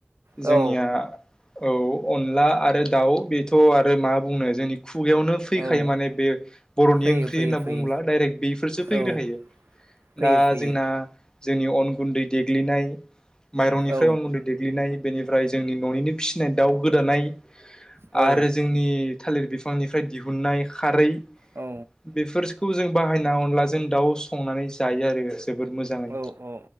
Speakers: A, on the right; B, on the left.
A: औ
B: जोंनिया औ अनला आरो दाउ बेथ' आरो मा बुंनो जोंनि खुगायावनो फैखायो
A: औ
B: माने बे बर'नि
A: फैयो
B: ओंख्रि
A: फैयो
B: होनना
A: फैयो
B: बुङोब्ला डाइरेक बेफोरसो फैग्रो
A: औ
B: खायो।
A: फैयो
B: दा
A: फैयो
B: जोंना जोंनि अन गुन्दै देग्लिनाय माइरंनिफ्राय
A: औ
B: अन गुन्दै देग्लिनाय बेनिफ्राय जोंनि न'निनो फिसिनाय दाउ गोदानाय
A: औ
B: आरो जोंनि थालिर बिफ फांनिफ्राय दिहुननाय खारै
A: औ
B: बेफोरखौ जों बाय ना अनलाजों दाव संनानै जायो आरो जोबोद मोजाङै।
A: औ औ